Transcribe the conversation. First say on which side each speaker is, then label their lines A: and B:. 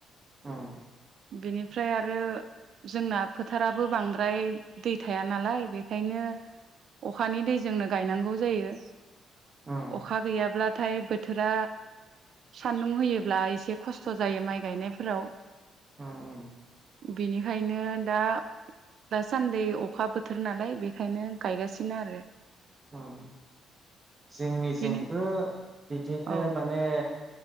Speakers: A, on the right; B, on the right.
A: उम
B: बेनिफ्राय आरो जोंना फोथाराबो बांद्राय दै थाया नालाय बेखायनो अखानि दैजोंनो गायनांगौ जायो
A: उम
B: अखा गैयाब्ला नाथाय बोथोरा सान्दुं होयोब्ला एसे खस्थ' जायो माइ गायनायफोराव
A: उम उम
B: बेनिखायनो दा दासान्दि अखा बोथोर नालाय बेखायनो गायगासिनो नो आरो
A: उम जोंनि जोंबो
B: बेनि
A: बिदिनो
B: औ
A: माने